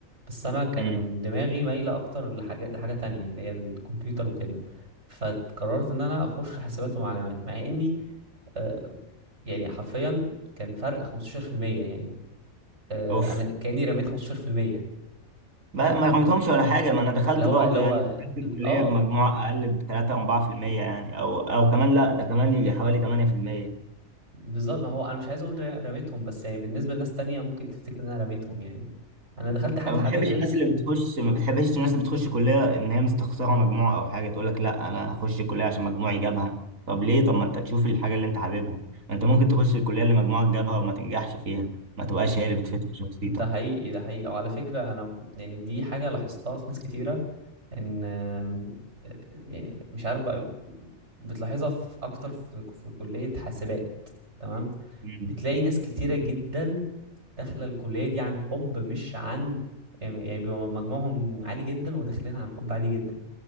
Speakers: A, on the right; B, on the right.
A: بس انا كان
B: امم
A: دماغي مايلة اكتر لحاجة لحاجة تانية اللي هي الكمبيوتر وكده فقررت ان انا اخش حاسبات ومعلومات مع اني آه، يعني حرفيا كان فرق 15% يعني آه،
B: اوف
A: انا كاني رميت 15%
B: ما
A: انت
B: ما
A: فاهم
B: رميتهمش ولا حاجه ما انا دخلت
A: اللي هو
B: برضه
A: اللي
B: يعني
A: هو
B: دخلت الكليه
A: اه
B: بمجموع اقل ب 3 4% يعني او او كمان لا ده كمان يجي حوالي 8%
A: بالظبط ما هو انا مش عايز اقول ر- رميتهم بس يعني بالنسبه لناس تانية ممكن تفتكر ان انا رميتهم يعني انا دخلت حاجه
B: انا
A: حاببها
B: ما بحبش الناس اللي بتخش ما بحبش الناس اللي بتخش كليه ان هي مستخسره مجموع او حاجه تقول لك لا انا هخش كليه عشان مجموعي جابها طب ليه طب ما انت تشوف الحاجه اللي انت حاببها ما انت ممكن تخش الكليه اللي مجموعك جابها وما تنجحش فيها ما تبقاش هي اللي بتفيد في شخصيتك
A: ده حقيقي ده حقيقي وعلى فكره انا يعني دي حاجه لاحظتها في ناس كتيره ان آم، يعني مش عارف بقى بتلاحظها في اكتر في في كليه حاسبات تمام
B: مم.
A: بتلاقي ناس كتيره جدا داخله الكليه دي عن حب مش عن يعني يعني بيبقى مجموعهم عالي جدا وداخلين عن حب عالي جدا